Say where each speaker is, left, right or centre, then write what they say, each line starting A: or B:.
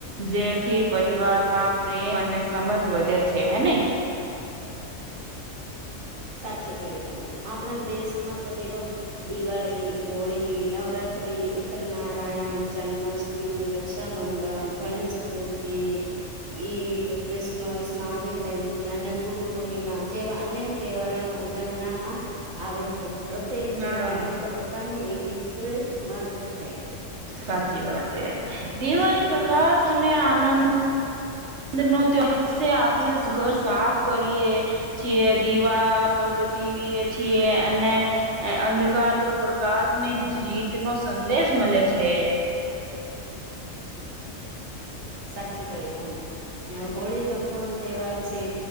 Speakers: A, on the right; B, on the right.
A: જેથી પરિવારમાં પ્રેમ અને સમજ વધે છે હે ને.
B: <inaudible> સાચું કહ્યું તમે આપણા દેશમાં તો દેખો, દિવાળી, હોળી, નવરાત્ર ઉત્તર, નારાયણ, જન્માષ્ટમી, રક્ષાબંધન ગણેશ ચતુર્થી. ઈદ, ક્રિસમસ, માંવિર્જયતી અને ગુરુ પૂર્ણિમા જેવા અનેક તહેવારમાં ઉજવણામાં આવે છે. પ્રત્ય કહેવાનું
A: હા
B: પોતાનું એક વિશષ મત્ છે.
A: સાચી વાત એ, દિવાળી પ્રકાશ અને આનંદ બ નત દિવસે આપણે ઘર સાફ કરીએ, છીએ દીવા બગ ટીવી છી અને, અંધકાર પર પ્રકાશ ની જીત નો સંદેશ મલે છે.
B: <inaudible> સાચું ક્યું તમે, હોળી રંગો નો તહેવાર છે,